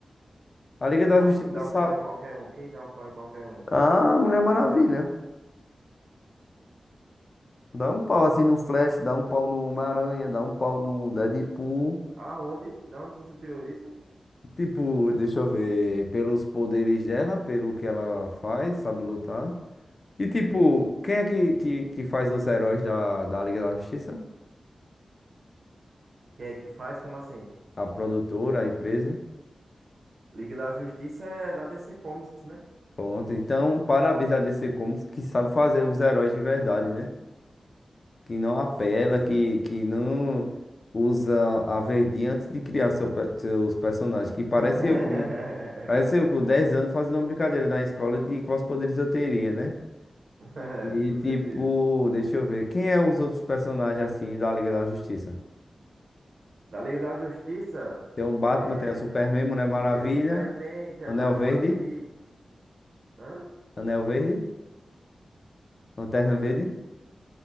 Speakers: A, on the left (about 40°); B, on the right (about 60°).
A: A Liga
B: Como
A: da Justiça
B: assim dá
A: sabe.
B: um pau em qualquer um? Quem dá um pau em qualquer um?
A: Ah, Mulher Maravilha. Dá um pau assim no Flash, dá um pau no Homem-Aranha, dá um pau no Deadpool.
B: Aonde? Da onde você tirou isso?
A: Tipo, deixa eu ver, pelos poderes dela, pelo que ela faz, sabe lutar. E tipo, quem é que, que, que faz os heróis da, da Liga da Justiça?
B: Quem é que faz? Como assim?
A: A produtora, a empresa?
B: Liga da Justiça é da DC Comics, né?
A: Pronto, então parabéns a DC Comics que sabe fazer os heróis de verdade, né? Que não apela,
B: Sim, sim.
A: que, que não usa a verdinha antes de criar seu, pe- seus personagens. Que parece
B: <laughs>
A: eu com, parece eu com 10 anos fazendo uma brincadeira na escola de quais poderes eu teria, né?
B: Com
A: E tipo,
B: certeza.
A: deixa eu ver, quem é os outros personagens assim da Liga da Justiça?
B: Da Liga da Justiça,
A: Tem o Batman,
B: é,
A: tem o Superman, Mulher Maravilha,
B: tem o Superman, tem
A: Anel
B: a Mulher Maravilha.
A: Verde,
B: Hã?
A: Anel Verde, Lanterna Verde,